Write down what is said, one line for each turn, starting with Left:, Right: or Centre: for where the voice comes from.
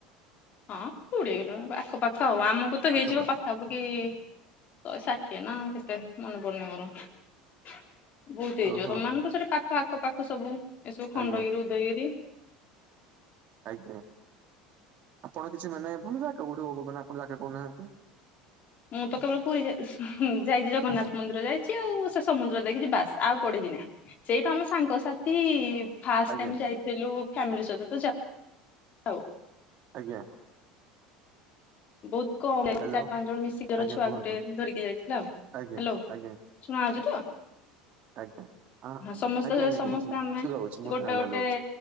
Left: ହଁ କୋଡିଏ କିଲ ଆଖ ପାଖ ଆଉ ଆମକୁ ତ ହେଇଯିବ
Right: ଆଖପାଖ
Left: ପାଖ। ସବୁ କି ଶହେ ଷାଠିଏ ନା କେତେ ମନେ ପଡୁନି ମୋର। ବହୁତ ହେଇଯିବ
Right: ଓହୋ
Left: ତମମାନଙ୍କୁ ସେଠି ପାଖ ଆଖ ପାଖ ସବୁ ଏସବୁ ଖଣ୍ଡଗିରି
Right: ଆଜ୍ଞା
Left: ଉଦୟଗିରି।
Right: ଆଜ୍ଞା ଆପଣ କିଛି ମାନେ ଭଲ ଜାଗା କୋଉଠି ହଉ ମାନେ ଆପଣ ଜାଗା କହୁନାହାନ୍ତି।
Left: ମୁଁ ତ କେବଳ ପୁରୀ ଯା ଯାଇଛି ଜଗନ୍ନାଥ ମନ୍ଦିର ଯାଇଛି ଆଉ। ସେ ସମୁଦ୍ର ଯାଇଛି ବାସ୍ ଆଉ କୋଉଠିକି ନାହିଁ। ସେଇଠୁ ଆମେ ସାଙ୍ଗସାଥି ଫାଷ୍ଟ
Right: ଆଜ୍ଞା
Left: ଟାଇମ ଯାଇଥିଲୁ ଫ୍ୟାମିଲି ସହିତ ତ ଯାଉ
Right: ଆଜ୍ଞା।
Left: ବହୁତ ଗହଳି
Right: ହ୍ୟାଲୋ
Left: ଚାରି ପାଞ୍ଚ ଜଣ ମିଶିକର
Right: ଆଜ୍ଞା
Left: ଛୁଆ
Right: କୁହନ୍ତୁ
Left: ଗୋଟେ ଧରିକି ଯାଇଥିଲା ଆଉ ହ୍ୟାଲୋ।
Right: ଆଜ୍ଞା ଆଜ୍ଞା
Left: ଶୁଣାଯାଉଛି ତ?
Right: ଆଜ୍ଞା ହଁ
Left: ସମସ୍ତେ
Right: ଆଜ୍ଞା ଆଜ୍ଞା
Left: ସମସ୍ତେ
Right: କୁହନ୍ତୁ
Left: ଆମେ
Right: ଶୁଗା ହଉଛି ମୁଁ
Left: ଗୋଟେ
Right: ହ୍ୟାଲୋ
Left: ଗୋଟେ
Right: ହ୍ୟାଲୋ ହଉଛି